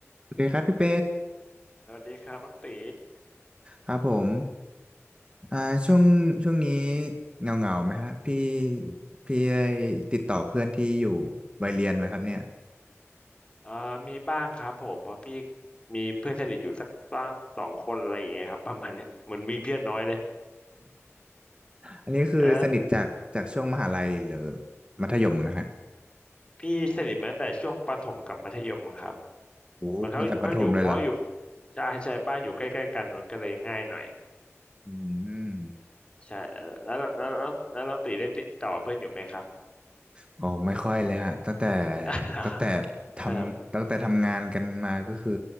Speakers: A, on the right; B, on the left.
A: สวัสดีครับพี่เป็ด
B: สวัสดีครับน้องตี
A: ครับผมอ่าช่วงช่วงนี้เงาเงาไหมฮะพี่พี่ได้ติดต่อเพื่อนที่อยู่วัยเรียนไหมครับเนี่ย
B: เอ่อมีบ้างครับผมเพราะพี่มีเพื่อนสนิทอยู่สักสองสองคนอะไรอย่างเงี้ยครับประมาณเนี้ยเหมือนมีเพื่อนน้อยเลย
A: อันนี้คือสนิทจากจากช่วงมหาลัยหรือ
B: เลอ
A: มัธยมนะฮะ
B: พี่สนิทมาตั้งแต่ช่วงประถมกับมัธยมครับ
A: โอ้ตั้งแต่ประถมเลยเหรอ
B: มันเขาเขาอยู่เพราะอยู่ใช่ใช่บ้านอยู่ใกล้ๆกันมันก็เลยง่ายหน่อย
A: อืม
B: ใช่เอ่อแล้วแล้วแล้วแล้วน้องตีได้ติดต่อเพื่อนอยู่ไหมครับ
A: โอ้ไม่ค่อยเลยฮะตั้งแต่
B: <laughs>
A: ตั้งแต่
B: ตั้งแต่ผม
A: ทำตั้งแต่ทำงานกันมาก็คือ